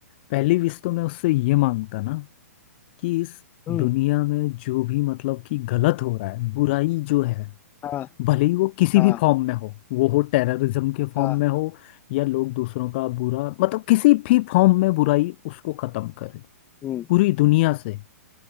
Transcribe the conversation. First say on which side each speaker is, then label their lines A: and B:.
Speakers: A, on the left (about 40°); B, on the left (about 20°).
A: पहली विश तो मैं उससे ये मांगता ना कि इस
B: हम्म
A: दुनिया में जो भी मतलब कि गलत हो रहा है बुराई जो है
B: हाँ
A: भले ही वो किसी
B: हाँ
A: भी फॉर्म में हो वो हो टेररिज्म के फॉर्म
B: हाँ
A: में हो या लोग दूसरों का बुरा मतलब किसी भी फॉर्म में बुराई उसको खत्म करे
B: हम्म
A: पूरी दुनिया से